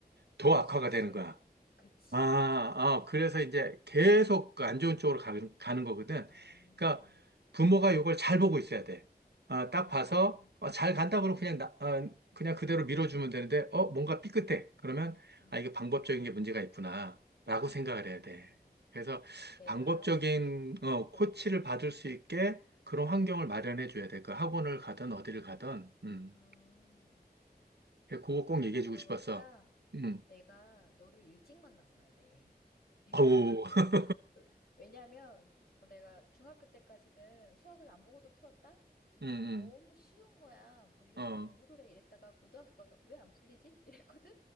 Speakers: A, on the right; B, on the left.
A: 더
B: 그렇지.
A: 악화가
B: 지쳐다.
A: 되는 거야.
B: 그치.
A: 아, 아, 그래서 이제 계속 그안 좋은 쪽으로 가는, 가는 거거든.
B: 음,
A: 그러니까 부모가 이걸 잘 보고 있어야 돼. 아,
B: 음,
A: 딱 봐서 어, 잘 간다 그러면 그냥 나, 아, 그냥 그대로 밀어주면 되는데 어, 뭔가 삐끗해.
B: 음,
A: 그러면
B: 음.
A: 아, 이게 방법적인 게 문제가 있구나. 라고 생각을
B: 아,
A: 해야 돼. 그래서
B: 내가,
A: 방법적인 어, 코치를
B: 어,
A: 받을 수 있게 그런 환경을
B: 어,
A: 마련해 줘야 돼. 그 학원을 가든 어디를 가든. 음.
B: 음.
A: 그거 꼭
B: 네 얘기를
A: 얘기해
B: 들어보니까
A: 주고 싶었어. 음.
B: 내가 너를 일찍 만났어야 돼. 내가,
A: 어우. <laughs>
B: <laughs> 왜냐면 어, 내가 중학교 때까지는 수학을 안 보고도 풀었다?
A: 음,
B: 너무 쉬운 거야. 뭐 이런
A: 음. 어.
B: 거 공부를 해 이랬다가 고등학교 가서 왜 안 풀리지? <laughs> 이랬거든?